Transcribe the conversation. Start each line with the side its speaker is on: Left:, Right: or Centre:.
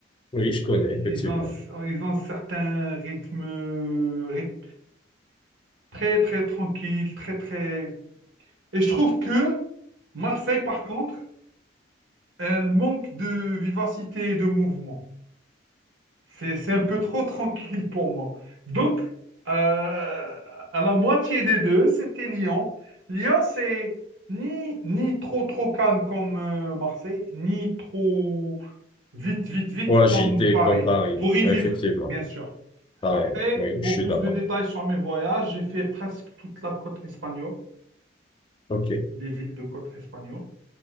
Left: Oui, je connais,
Right: Ils
Left: effectivement.
Right: ont, ils ont un certain rythme euh, ryth- très, très tranquille, très, très... Et je trouve que Marseille, par contre, Elle manque de vivacité et de mouvement. C'est, c'est un peu trop <laughs> tranquille pour moi. Donc, euh, à la moitié des deux, c'était Lyon. Lyon, c'est ni, ni trop, trop calme comme euh, Marseille, ni trop vite, vite, vite
Left: Ou agité
Right: comme Paris.
Left: comme Paris,
Right: Pour y vivre,
Left: effectivement.
Right: bien sûr.
Left: Pareil,
Right: Après,
Left: oui,
Right: pour
Left: je suis
Right: plus
Left: d'accord.
Right: de détails sur mes voyages, j'ai fait presque toute la côte espagnole,
Left: OK,
Right: les villes de côte espagnole.